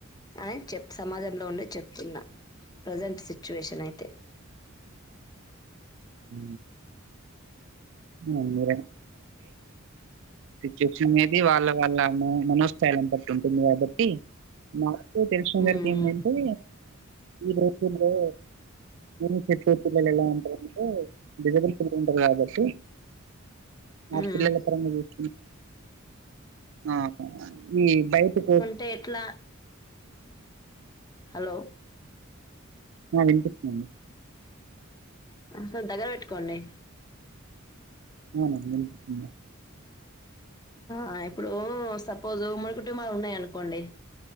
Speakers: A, on the left (about 20°); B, on the right (about 60°).
A: అని చెప్ సమాజంలో ఉండే చెప్తున్నా ప్రజెంట్ సిచ్యువేషన్ అయితే
B: ఉ అ మీరేనా సిచ్యుయేషన్ అనేది వాళ్ళ వాళ్ళ మా మనోస్థాయిలని పట్టి ఉంటుంది కాబట్టి మా కో తెలిసు అందరికీ
A: ఉమ్
B: ఏంటంటే ఈ రోజుల్లో ఊరు నుంచి వచ్చే పిల్లలు ఎలా ఉంటారంటే దిగబడి సైడ్ ఉంటారు కాబట్టి మా
A: ఉమ్
B: పిల్లల్ని ఎక్కడైనా చుసిన. ఆ ఈ బైటికి.
A: తేట్ల. హలో.
B: వినిపిస్తుందండి
A: కొంచెం దగ్గర పెట్టుకోండి.
B: అవునా వినిపిస్తుందా.
A: ఆ ఇప్పుడు సపోజ్ మూడు కుటుంబాలు ఉన్నాయనుకోండి.